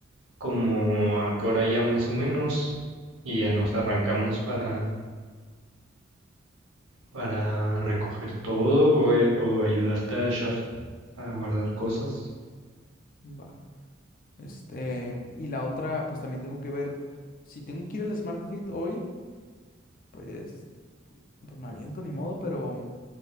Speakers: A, on the right; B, on the left.
A: como a qué hora ya más o menos y ya nos arrancamos para, para recoger todo o, ay- o ayudarte a echar, a guardar cosas.
B: Va. Este, y la otra, pues también tengo que ver. Si tengo que ir al Smart Fit hoy, pues, pues me aviento ni modo, pero